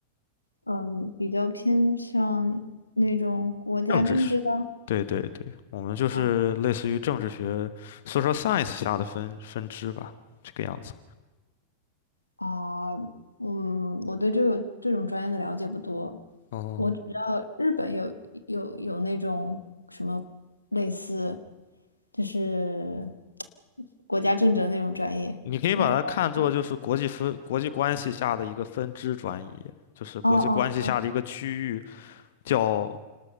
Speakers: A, on the left; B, on the left.
A: 嗯，比较偏向那种国家政治的
B: 政治学。对对对，我们就是类似于政治学
A: 啊
B: s o c science） 下的分分支吧，这个样子。
A: 啊，嗯，我对这个这种专业的了解不多，
B: 哦，
A: 我只知道日本有有有那种类似就是国家政治那种专业，
B: 你可以把它看作就是国际分国际关系下的一个分支专业，
A: 但是我
B: 就是国际关系下的一个区域
A: 哦哦哦，
B: 叫，